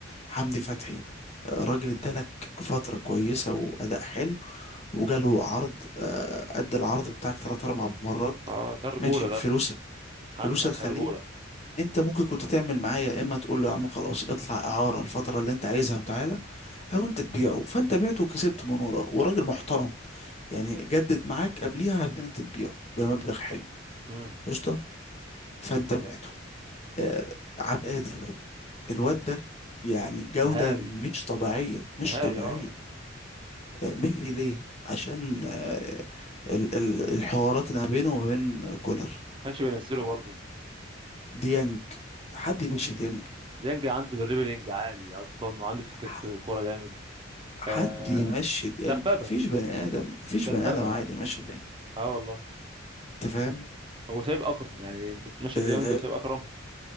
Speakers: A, on the left; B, on the right.
A: حمدي فتحي الراجل ادالك فترة كويسة وأداء حلو وجاله عرض آه، أدى العرض بتاعك تلات أربع مرات
B: اه ده الرجوله
A: ماشي فلوس
B: ده حمدي
A: فلوس
B: فتحي
A: الخليج
B: رجوله
A: أنت ممكن كنت تعمل معايا يا إما تقول له يا عم خلاص اطلع إعارة الفترة اللي أنت عايزها وتعالى أو أنت تبيعه فأنت بعته وكسبت من وراه وراجل محترم يعني جدد معاك قبليها عشان أنت تبيعه بمبلغ حلو
B: امم
A: قشطه فانت بعته آه، عبد القادر الواد ده يعني جودة
B: مهاري
A: مش طبيعية مش
B: مهاري
A: طبيعية
B: اه
A: آه، مشي ليه؟ عشان آه، ال- ال- الحوارات اللي ما بينه وما بين كولر
B: كانش بينزله برضه
A: ديانج حد يمشي ديانج
B: ديانج عنده دريبلينج عالي اصلا وعنده افتكاك
A: ح-
B: في الكوره جامد
A: حد
B: آه
A: يمشي ديانج
B: دبابه
A: مفيش بني آدم مفيش
B: دبابه
A: بني آدم عادي يمشي ديانج
B: اه والله
A: أنت فاهم؟
B: هو سايب اكرم يعني انت تمشي
A: آه،
B: ديانج وسايب اكرم